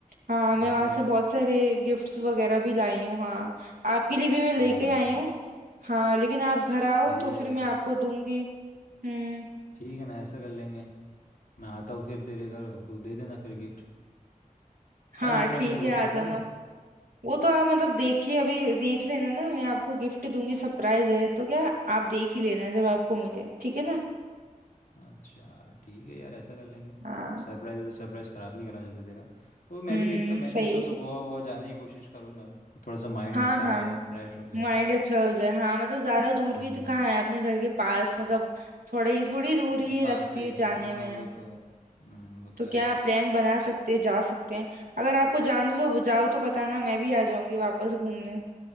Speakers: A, on the right (about 80°); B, on the left (about 80°).
A: हाँ मैं
B: ऐसा
A: वहां से बहुत सारे गिफ्ट्स वगैरह भी लाई हूँ हाँ आपके लिए भी मैं लेके
B: क्या बात
A: आई
B: है
A: हूँ हाँ लेकिन आप घर आओ
B: सही
A: तो
B: है
A: फिर
B: यार
A: मैं आपको दूंगी हम्म
B: ठीक है ना ऐसा कर लेंगे मैं आता हूँ फिर तेरे घर तू दे देना फिर गिफ्ट क्या
A: हाँ
B: लेके
A: ठीक
B: आए पहले
A: है
B: वो
A: आ
B: तो बता
A: जाना
B: दे
A: वो तो आप मतलब देखिए अभी देख लेना ना मैं आपको गिफ्ट दूंगी सरप्राइज है तो क्या आप देख ही लेना जब आपको मिले ठीक है ना
B: अच्छा ठीक है यार ऐसा कर लेंगे
A: हाँ
B: सरप्राइज है तो सरप्राइज ख़राब नहीं करना चाहते तेरा तो मैं
A: हम्म
B: भी देखता हूँ मैं
A: सही
B: भी ऐसा
A: है
B: हो
A: सही
B: तो गोवा वोवा जाने की कोशिश करूँगा तो थोड़ा सा माइंड
A: हाँ
B: अच्छा
A: हाँ
B: हो जाए फ्रेश हो जाए
A: माइंड अच्छा हो जाए हाँ मतलब ज्यादा दूर
B: हम्म
A: भी तो कहाँ है अपने घर के पास मतलब थोड़े ही थोड़ी दूर
B: हाँ,
A: ही ये
B: पास
A: लगती
B: सही
A: है
B: है
A: जाने
B: हाँ
A: में
B: वो तो है हम्म वो तो
A: तो
B: है
A: क्या
B: यार
A: आप प्लान बना सकते हैं जा सकते हैं अगर आपको जान दो तो जाओ तो बताना मैं भी आ जाऊंगी वापस घूमने